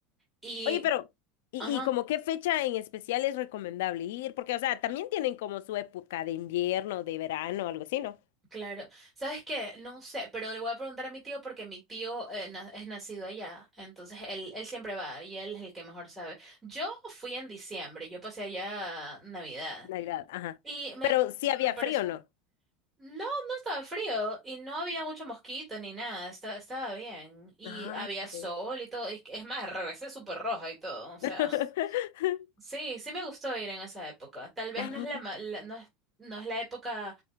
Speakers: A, on the right; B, on the left.
A: Y,
B: Oye, pero, ¿y,
A: ajá.
B: y como qué fecha en especial es recomendable ir? Porque, o sea, también tienen como su época de invierno, de verano, algo así, ¿no?
A: Claro, ¿sabes qué? No sé, pero le voy a preguntar a mi tío porque mi tío eh, na- es nacido allá, entonces él, él siempre va y él es el que mejor sabe. Yo fui en diciembre, yo pasé allá Navidad
B: Navidad, ajá.
A: y me,
B: Pero sí
A: me
B: había
A: pareció,
B: frío, ¿no?
A: no, no estaba frío y no había mucho mosquito ni nada, esta- estaba bien y
B: Ah,
A: había
B: ok.
A: sol y todo, y es más, regresé súper roja y todo, o sea.
B: <laughs>
A: Sí, sí me gustó ir en esa época. Tal vez
B: Ah,
A: no es la, ma- la- no es, no es la época,